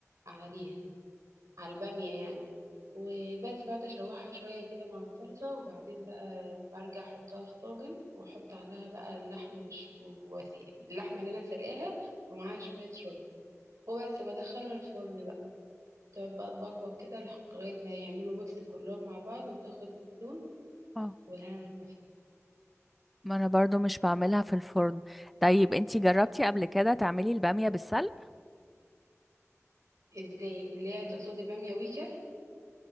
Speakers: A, on the right (about 75°); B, in the centre.
A: عليها على البامية يعني وبس بعد أشوحها شوية كده مع الصلصة وبعدين بقى برجع أحطها في طاجن وأحط عليها بقى اللحمة بش... واللحمة اللي أنا سلقاها ومعاها شوية شوربة وبس بدخله الفرن بقى تقعد بقى تبقبق كده لح- لغاية ما يعملوا ميكس كلهم مع بعض وتاخد الزيتون
B: اه
A: والهنا والشفا
B: ما انا برضو مش بعملها في الفرن طيب انتي جربتي قبل كده تعملي الباميه بالسلق
A: ازاي اللي هي تقصدي بامية ويكا